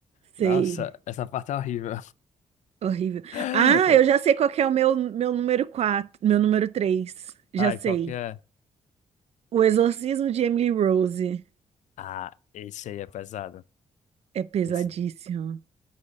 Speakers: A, on the right (about 60°); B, on the left (about 85°).
A: sei.
B: Nossa, essa parte é horrível.
A: Horrível.
B: <laughs>
A: Ah, eu já sei qual que é o meu, meu número quatro, meu número 3. Já
B: Ai,
A: sei.
B: qual que é?
A: O Exorcismo de Emily Rose
B: Ah, esse aí é pesado.
A: é pesadíssimo.
B: Esse,